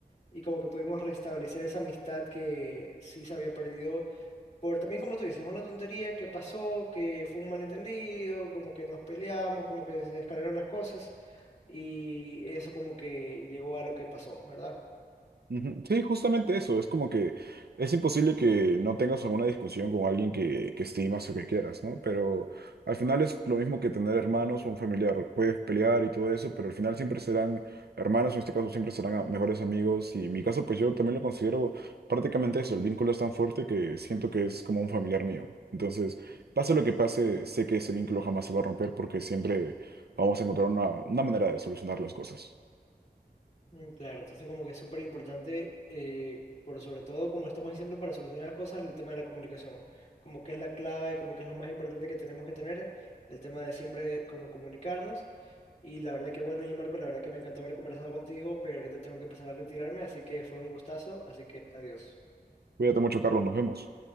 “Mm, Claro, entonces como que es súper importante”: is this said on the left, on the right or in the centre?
Left